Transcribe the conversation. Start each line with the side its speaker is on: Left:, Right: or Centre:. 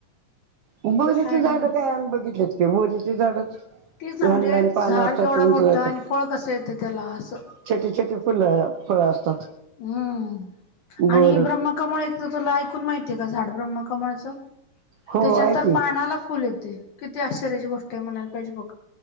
Right: बोरीचे
Left: आणि
Right: झाड काय आमी बघितलेत की बोरीचे झाडच.
Left: तेच ना
Right: लहान
Left: म्हणजे
Right: लहान
Left: झाड
Right: पानं असतात
Left: केवढं
Right: उंच
Left: मोठं
Right: असतात
Left: आणि फळ कसं येत त्याला असं.
Right: छोटी छोटी फुल फळ असतात.
Left: हम्म. आणि
Right: बर
Left: ब्रम्ह कमळ- तुला ऐकून माहितीय का झाड ब्रह्मकमळच?
Right: हो
Left: त्याच्यात
Right: आहे
Left: तर
Right: की
Left: पानाला फुल येतय. किती आश्चर्यची गोष्ट आहे म्हणायला पाहिजे बघ.